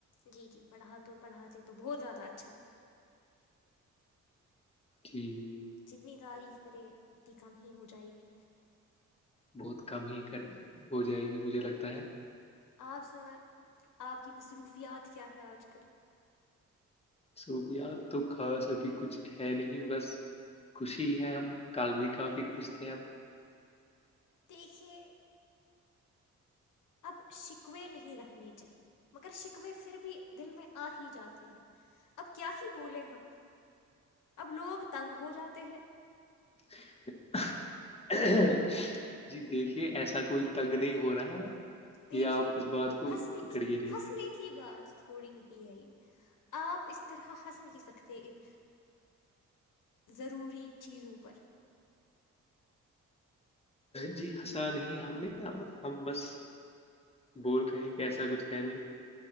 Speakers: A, on the left; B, on the left.
A: جی جی پڑھات تو پڑھاتے تو بہت زیادہ اچھا ہے
B: ٹھیک
A: جتنی تعریف کرے اتنی کم ہی ہو جائے گی
B: بہت کم ہی ک ہو جائے گی مجھے لگتا ہے
A: آپ سنائیں آپ کی مصروفیات کیا ہے آج کل
B: سکیات تو خاص ابھی کچھ ہے نہیں بس خوشی ہے ہم کل بھی کافی خوش تھے اب
A: دیکھیے اب شکوے نہیں رکھنے چاہیے مگر شکوے پھر بھی دل میں آ ہی جاتے ہیں اب کیا ہی بولولے ہم اب لوگ تنگ ہو جاتے ہیں
B: ہاں جی دیکھیے ایسا کوئی تنگ نہیں ہو رہا ہے
A: دیکھیے
B: یہ آپ اس بات کو
A: ہنسنے
B: پکڑیے
A: کی
B: نہیں
A: ہنسنے کی بات تھوڑی نہیں ہے یہ آپ اس طرح ہنس نہیں سکتے ان ضروری چیزوں پر
B: جی ہنسا نہیں ہم نے ہم بس بول رہے ہیں کہ ایسا کچھ ہے نہیں